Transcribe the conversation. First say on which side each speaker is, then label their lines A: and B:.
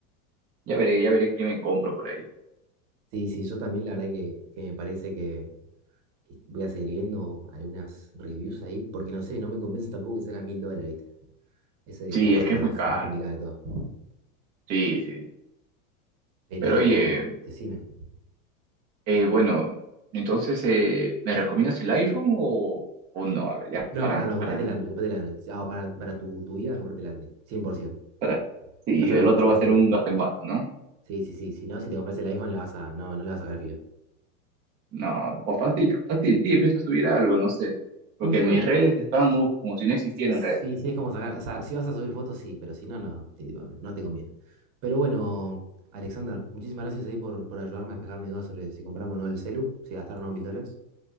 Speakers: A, on the right; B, on the right.
A: ya veré, ya veré qué me compro por ahí.
B: Sí, sí, yo también la verdad que, que me parece que, que voy a seguir viendo algunas reviews ahí, porque no sé, no me convence tampoco que sean a mil dólares, ¿viste? Esa es
A: Sí,
B: la parte
A: es que
B: más,
A: es muy caro.
B: más complicada de todo.
A: Sí, sí.
B: Pero
A: Pero oye,
B: decime.
A: eh, bueno, entonces, eh, ¿me recomiendas el iPhone o, o no? A ver, ya,
B: No,
A: para,
B: no, no, comprate
A: para,
B: el Android, comprate el Android. Ah, para, para tu, tu vida, comprate el Android. 100%.
A: para. Sí,
B: Le vas a
A: el
B: sacar
A: otro
B: mucho más
A: va a ser
B: filo.
A: un gasto en vano, ¿no?
B: Sí, sí, sí. Si no, si te compras el iPhone, le vas a. No, no le vas a sacar filo.
A: No, o fácil, fácil, sí, empieza a subir algo, no sé. Porque
B: Mm, Pues,
A: mis redes están, uf, como si no existieran
B: sí,
A: redes.
B: sí, es como sacar. O sea, si vas a subir fotos, sí, pero si no, no, te- tipo, no te conviene. Pero bueno, Alexander, muchísimas gracias ahí por, por ayudarme a despejar mis dudas sobre si compramos o no el celu, si gastaron o no mil dólares.